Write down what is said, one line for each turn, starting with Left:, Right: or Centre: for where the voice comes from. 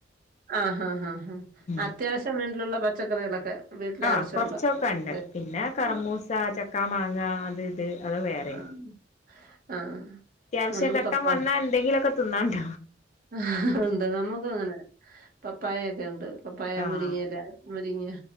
Right: ആഹ് ഹാ ഹാ ഹാ
Left: ഉം
Right: അത്യാവശ്യം വീട്ടിലുള്ള പച്ചക്കറികളൊക്കെ വീട്ടിലെ
Left: ആഹ്
Right: ആവശ്യമുള്ള
Left: കൊറച്ചൊക്കെണ്ട്
Right: പച്ചക്കറി
Left: പിന്നെ കർമൂസ
Right: ആഹ്
Left: ചക്ക മാങ്ങ അത് ഇത് അത് വേറിം
Right: ആഹ് ആഹ്
Left: അത്യാവശ്യഘട്ടം
Right: നമ്മള് പപ്പാ
Left: വന്നാ എന്തെങ്കിലൊക്കെ തിന്നാം അണ്ട
Right: ആഹ് ഉണ്ട് നമ്മക്കുംങ്ങനെ പപ്പായെക്കെ ഉണ്ട് പപ്പായ
Left: ആഹ്
Right: മുരിങ്ങയില മുരിങ്ങ